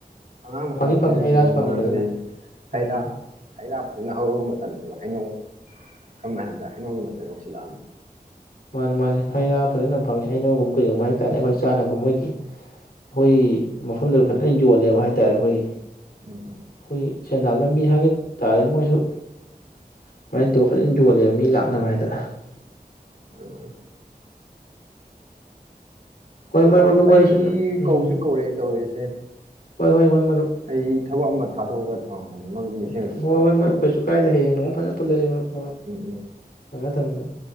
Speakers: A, on the right (about 55°); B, on the left (about 70°).
A: ꯑꯉꯥꯡ ꯃꯈꯩꯗꯨ
B: ꯐꯪꯉꯤ ꯐꯪꯉꯤ
A: ꯄꯤꯖꯕꯤꯌꯨ
B: ꯍꯩ ꯔꯥꯁꯨ
A: ꯃꯔꯝꯗꯤ
B: ꯐꯪꯉꯤ ꯐꯖꯅ ꯎꯝ
A: ꯍꯩꯔꯥ ꯍꯩꯔꯥ ꯐꯖꯅ ꯍꯧꯕ ꯃꯇꯝꯅꯤꯕ ꯍꯩꯅꯧ ꯁꯝꯅ ꯍꯥꯏꯔꯕꯗ ꯍꯩꯅꯧꯒꯤ ꯃꯇꯝ ꯌꯧꯁꯤꯜꯂꯛꯑꯝꯅꯤ
B: ꯃꯥꯅꯦ ꯃꯥꯅꯦ ꯍꯩ ꯔꯥ ꯐꯖꯅ ꯐꯪꯉꯦ ꯍꯩꯅꯧꯒꯨꯝꯕ ꯀꯩꯒꯨꯝꯕ ꯍꯥꯏ ꯇꯥꯔꯦ ꯑꯩꯈꯣꯏ ꯆꯥꯅꯕ ꯃꯣꯏꯒꯤ ꯑꯩꯈꯣꯏ ꯃꯐꯝꯗꯨꯗ ꯐꯖꯅ ꯌꯣꯜꯂꯦ ꯍꯥꯏꯇꯥꯔꯦ ꯑꯩꯈꯣꯏꯒꯤ
A: ꯎꯝ ꯎꯝ
B: ꯑꯩꯈꯣꯏꯒꯤ ꯁꯦꯟꯗꯥꯟ ꯂꯝꯕꯤ ꯍꯥꯏꯒ ꯇꯥꯔꯦ ꯃꯣꯏꯁꯨ ꯑꯗꯨꯃꯥꯏꯅ ꯇꯧ ꯐꯖꯅ ꯌꯣꯜꯂꯦꯕ ꯃꯤ ꯂꯥꯛꯅꯕ ꯍꯥꯏꯇꯥꯔꯦ
A: ꯃꯥꯅꯤ ꯃꯥꯅꯤ
B: ꯍꯣꯏ
A: ꯑꯣ ꯃꯔꯨꯞ
B: ꯑꯗꯨ ꯋꯥꯔꯤꯁꯨ
A: ꯑꯩ
B: ꯎꯝ
A: ꯀꯧꯁꯨ ꯀꯧꯔꯛꯑꯦ ꯇꯧꯔꯤꯁꯤ
B: ꯍꯣꯏ ꯍꯣꯏ ꯍꯣꯏ ꯃꯔꯨꯞ
A: ꯑꯩ ꯊꯕꯛ ꯑꯃ ꯊꯥꯗꯣꯛꯑꯒ ꯊꯝꯃꯝꯕꯅꯤ ꯃꯔꯨꯞ ꯅꯤꯡꯁꯤꯡꯉꯛꯇꯅ
B: ꯍꯣꯏ
A: ꯇꯧꯔꯛꯄꯅꯤ
B: ꯍꯣꯏ ꯃꯔꯨꯞ ꯀꯩꯁꯨ ꯀꯥꯏꯗꯦ ꯍꯩꯌꯦꯡ ꯅꯣꯡꯃ ꯐꯖꯅ ꯄꯨꯜꯂꯁꯤ ꯃꯔꯨꯞ ꯍꯣꯏ
A: ꯎꯝ ꯎꯝ
B: ꯊꯝꯃꯦ ꯊꯝꯃꯦ ꯃꯔꯨꯞ